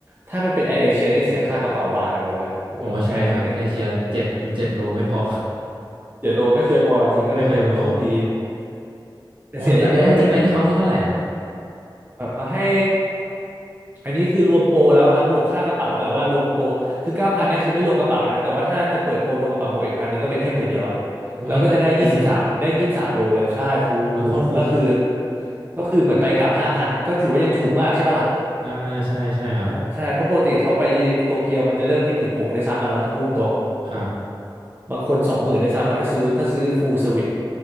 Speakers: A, on the right; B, on the right.
A: ถ้ามันเป็นแอร์เอเชียนี่เสียค่ากระเป๋าบานนะบอกเลยโอ้แอร์เอเชียนี่คือ
B: โอ้ใช่ครับในเอเชียเจ็ดเจ็ดโลไม่พอ
A: เจ็ดโลไม่เคยพอจริงก็เลยแบบเออโชคดี
B: <laughs> ไม่เคยพอ
A: แต่เสียอย่างเดียวมันเป็นตุ
B: อ๋อแล้วแอร์เจแปนนี่เขาให้เท่าไหร่อะครับ
A: แบบเอาให้อันนี้คือรวมโปรแล้วครับบวกค่ากระเป๋าแบบว่ารวมโปรคือเก้าพันเนี่ยคือไม่รวมกระเป๋านะแต่ว่าถ้าจะเปิดโปรรวมกระเป๋าบวกอีกพันหนึ่งก็เป็นแค่หมื่นเดียวอะ
B: อุ้ยก็คุ้ม
A: เราก็จะได้ยี่สิบสามได้ยี่สิบสามโลเลยใช่คุ้มคุ้มก็คือ
B: อุ้ยโคตรคุ้ม
A: ก็คือเหมือนไปกลับห้าพันก็ถือว่ายังถูกมากใช่ปะล่ะ
B: อ่าใช่ใช่ครับ
A: ใช่ใช่เพราะปกติเขาไปโตเกียวมันจะเริ่มที่หมื่นหกด้วยซ้ำอะเนาะถ้าพูดตรง
B: ครับ
A: ๆบางคนสองหมื่นด้วยซ้ำอะถ้าซื้อถ้าซื้อฟูลเซอร์วิส